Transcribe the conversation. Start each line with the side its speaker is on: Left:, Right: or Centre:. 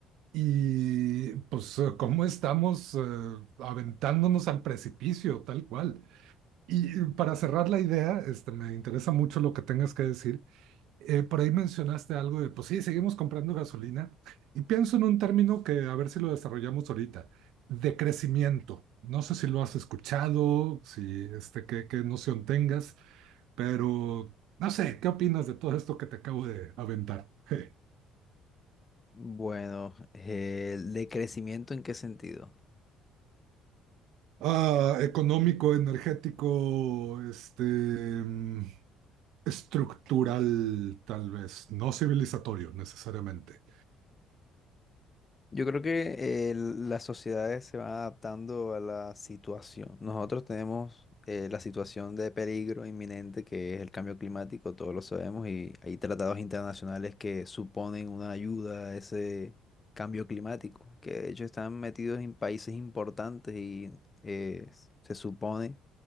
Right: y pues eh, cómo estamos eh, aventándonos al precipicio, tal cual. Y eh, para cerrar la idea, este, me interesa mucho lo que tengas que decir. Eh, por ahí mencionaste algo de, pues sí, seguimos comprando gasolina. Y pienso en un término que a ver si lo desarrollamos ahorita, de crecimiento. No sé si lo has escuchado, si este, qué, qué noción tengas, pero no sé, ¿qué opinas de todo esto que te acabo de aventar? <laughs>
Left: Bueno, eh, ¿de crecimiento en qué sentido?
Right: ah, económico, energético, este, mm, estructural, tal vez, no civilizatorio necesariamente.
Left: Yo creo que eh, las sociedades se van adaptando a la situación. Nosotros tenemos eh, la situación de peligro inminente que es el cambio climático, todos lo sabemos, y hay tratados internacionales que suponen una ayuda a ese cambio climático, que de hecho están metidos en países importantes y eh, se supone